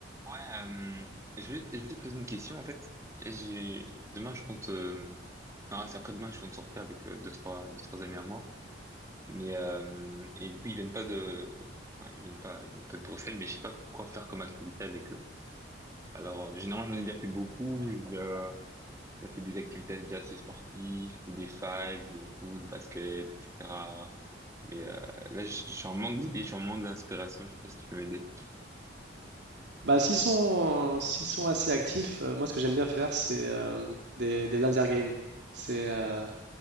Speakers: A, on the right (about 15°); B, on the right (about 65°).
A: Ouais, euh, je vais, je vais te poser une question en fait. Et J'ai demain je compte euh, non c'est après demain je compte sortir avec euh, deux trois deux trois amis à moi. Mais euh, et du coup ils viennent pas de enfin ils viennent pas ils viennent pas de Bruxelles mais je sais pas quoi faire comme activité avec eux. Alors euh, généralement j'en ai déjà fait beaucoup. J'ai déjà j'ai fait des activités déjà assez sportives ou des fives, jouer au foot, basket, etc. Mais euh, là je je suis en manque d'idées, je suis en manque d'inspiration. Je sais pas si tu peux m'aider.
B: Bah, s'ils sont, s'ils sont assez actifs, euh, moi ce que j'aime bien faire, c'est euh, des, des laser games. C'est euh,